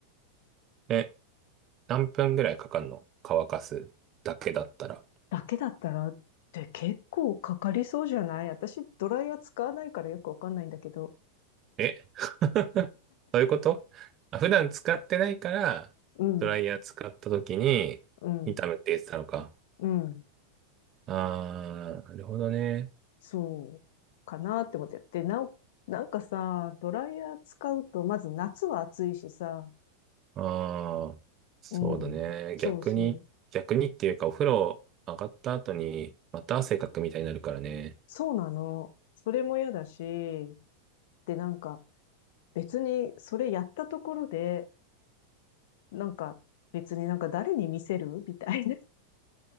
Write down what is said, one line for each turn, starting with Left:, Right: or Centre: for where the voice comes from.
Right: え、何分ぐらいかかんの乾かすだけだったら。
Left: だけだったらって結構かかりそうじゃない私、ドライヤー使わないからよくわかんないんだけど、
Right: え <laughs> そういうことあ普段使ってないから、
Left: うん、
Right: ドライヤー使った時に、
Left: うん、
Right: 痛むって言ってたのか。
Left: うん、
Right: ああ、なるほどね。
Left: そう、かなって思って。で、なお、なんかさ、ドライヤー使うと、まず夏は暑いしさ、
Right: ああ、そうだね。
Left: うん、そうそう、
Right: 逆に、逆にっていうか、お風呂上がった後に、また汗かくみたいになるからね。
Left: そうなの。それも嫌だし、ってなんか別にそれやったところで、なんか別になんか誰に見せる <laughs> みたいな。